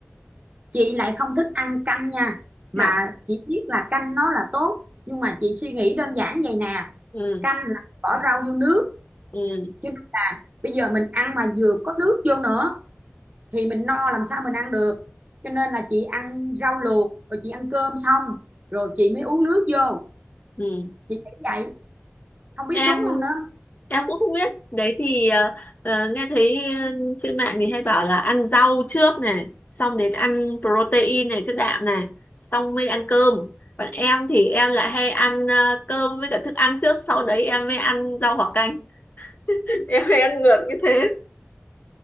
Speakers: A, on the right; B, on the left.
A: chị lại không thích ăn canh nha mà
B: Dạ.
A: chị biết là canh nó là tốt nhưng mà chị suy nghĩ đơn giản vậy nè
B: Ừ,
A: canh là bỏ rau vô nước
B: ừ,
A: chứ bây giờ mình ăn mà vừa có nước vô nữa thì mình no làm sao mình ăn được cho nên là chị ăn rau luộc rồi chị ăn cơm xong rồi chị mới uống nước vô
B: ừ.
A: chị nghĩ vậy không biết
B: Em
A: đúng không nữa
B: em cũng không biết đấy thì ờ, ờ, nghe thấy ờ, trên mạng thì hay bảo là ăn rau trước này xong đến ăn protein này chất đạm này xong mới ăn cơm còn em thì em lại hay ăn ờ, cơm với cả thức ăn trước sau đấy em mới ăn rau hoặc canh <laughs> em hay ăn ngược như thế